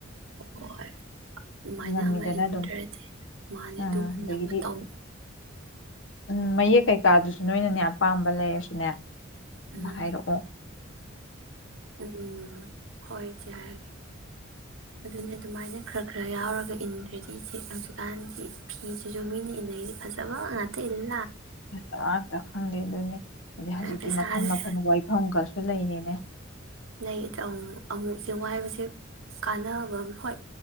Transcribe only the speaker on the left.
ꯉꯝꯃꯤꯗꯅ
ꯑꯗꯨꯝ
ꯑꯥ
ꯑꯗꯒꯤꯗꯤ
ꯎꯝ ꯃꯌꯦꯛ ꯀꯩꯀꯥꯗꯨꯁꯨ ꯅꯣꯏꯅꯅꯦ ꯑꯄꯥꯝꯕ ꯂꯩꯔꯁꯨꯅꯦ
ꯍꯥꯏꯔꯛꯑꯣ
ꯐꯖꯕ ꯉꯛꯇ ꯈꯪꯗꯦ ꯑꯗꯨꯅꯤ꯫ ꯑꯗ ꯍꯧꯖꯤꯛꯇꯤ
ꯃꯈꯟ ꯃꯈꯟ ꯋꯥꯏꯐꯝꯒꯁꯨ ꯂꯩꯔꯤꯅ <inaudible>